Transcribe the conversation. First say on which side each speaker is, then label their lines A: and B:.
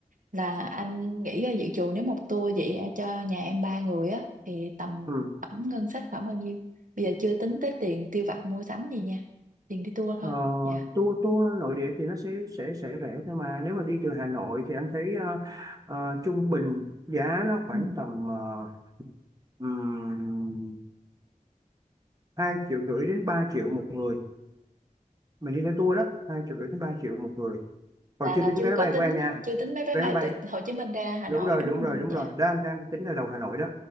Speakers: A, on the right (about 65°); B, on the right (about 25°).
A: là anh nghĩ ra dự trù nếu một tour vậy cho nhà em ba người á thì tầm
B: ừ.
A: tổng ngân sách khoảng bao nhiêu bây giờ chưa tính tới tiền tiêu vặt mua sắm gì nha tiền đi tour thôi
B: ờ,
A: dạ
B: tour tour nội địa thì nó sẽ sẽ sẽ rẻ thôi mà nếu mà đi từ Hà Nội thì anh thấy ờ, ờ, trung bình giá nó khoảng
A: Ừ.
B: tầm ờ, ừm, hai triệu rưỡi đến 3 triệu một người mình đi theo tour đó hai triệu rưỡi đến 3 triệu một người còn
A: là
B: chưa
A: là
B: tính
A: chưa
B: vé máy
A: có
B: bay
A: tính
B: của em nha
A: chưa tính mấy vé
B: vé
A: bay
B: máy bay
A: từ Hồ Chí Minh ra Hà
B: đúng
A: Nội
B: rồi
A: đúng
B: đúng
A: không
B: rồi
A: anh
B: đúng
A: dạ
B: rồi đó, anh đang tính ra đầu Hà Nội đó